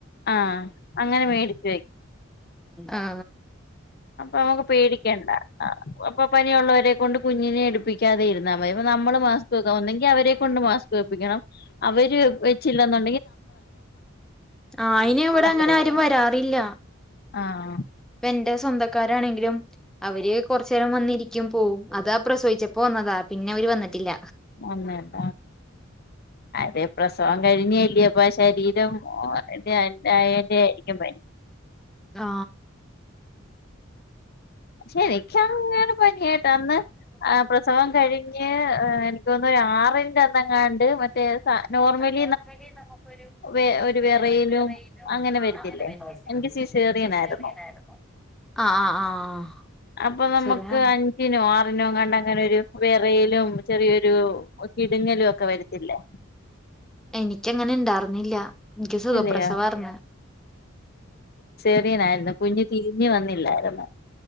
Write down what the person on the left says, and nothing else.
ആഹ് അങ്ങനെ മേടിച്ച്
അപ്പൊമ്മക്ക് പേടിക്കെണ്ട അ അപ്പൊ പനിയുള്ളോരെകൊണ്ട് കുഞ്ഞിനെ എടുപിക് ക്കാതെ ഇുന്നാമതി പൊനമ്മളും മാസ്ക്വെക്ക ഒന്നെങ്കിഅവരെ കൊണ്ട് മാസ്ക് വെപ്പിക്കണം അവര് വെച്ചില്ലന്നൊ
അത്രേ ഉള്ളൂ.
ആഹ്
വന്നതാ അതെ പ്രസവം കഴിഞ്ഞില്ലേ പ്പൊശരീരം <unintelligible> യന്റെ യിരിക്കും പനി
ശരിക്കങ്ങനെ പനിയായിട്ടന്ന് ആ പ്രസവംകഴിഞ്ഞ് ഏ എനിക്കോന്ന് ആറിന്റെ അന്നങ്ങാണ്ട് മറ്റേ സ നോർമലി
വെ
വിറയലും
അങ്ങനെ വരത്തില്ലേ
എനിക്ക് സിസേറിയൻ
ആയിരുന്നു
അപ്പൊ നമ്മക്ക്
അഞ്ചിനോ, ആറിനോങ്ങാണ്ടങ്ങനൊരു വെറയലും ചെറിയൊരു ഇടുങ്ങലൊക്കെ വരത്തില്ലേ?
ഇല്ലയോ ഇത്രീംന്നേര്ന്നു കുഞ്ഞ് തിരിഞ്ഞു വന്നില്ലായിര്ന്നു.